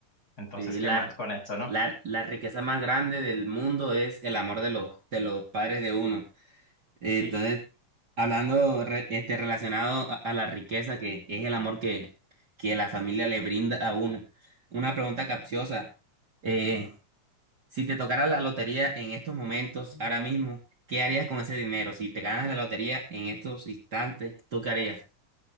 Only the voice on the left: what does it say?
Entonces,
¿qué
más con eso, no?
Sí.
Mm.